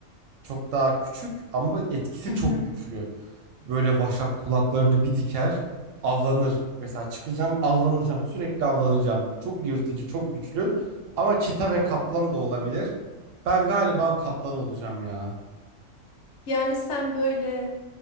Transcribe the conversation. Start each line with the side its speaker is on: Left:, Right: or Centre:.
Right: Çok daha küçük ama etkisi
Left: Hı
Right: çok
Left: hı.
Right: güçlü. Böyle vaşak kulaklarını bir diker, avlanır. Mesela çıkacağım, avlanacağım, sürekli avlanacağım. Çok yırtıcı, çok güçlü. Ama çita ve kaplan da olabilir. Ben galiba kaplan olacağım ya.
Left: Yani sen böyle